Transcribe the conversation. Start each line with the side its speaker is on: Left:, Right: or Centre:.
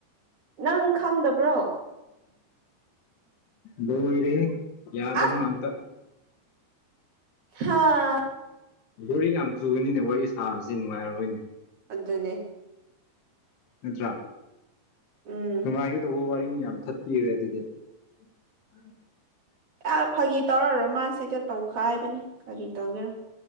Right: ꯅꯪ ꯈꯪꯗꯕ꯭ꯔꯣ
Left: ꯂꯣꯏꯔꯦꯍꯦ ꯌꯥꯗꯕ
Right: ꯑꯁ
Left: ꯉꯥꯛꯇ
Right: ꯍꯥꯥ
Left: ꯕꯨꯔꯤꯡ ꯌꯥꯝ ꯆꯨꯕꯅꯤꯅꯦ ꯋꯥꯔꯤ ꯁꯥꯕꯁꯦ ꯅꯨꯡꯉꯥꯏꯔꯣꯏꯅꯦ
Right: ꯑꯗꯨꯅꯦ
Left: ꯅꯠꯇ꯭ꯔꯥ
Right: ꯎꯝ
Left: ꯅꯨꯡꯉꯥꯏꯒꯗꯧꯕ ꯋꯥꯔꯤ ꯃꯌꯥꯝ ꯊꯠꯄꯤꯔꯦ ꯑꯗꯨꯗꯤ <inaudible>
Right: ꯑ ꯐꯥꯒꯤ ꯇꯧꯔꯒ ꯔꯣꯃꯥꯟꯁ ꯇꯧꯈꯥꯏꯕꯅꯤ ꯀꯔꯤ ꯇꯧꯒꯦꯔꯣ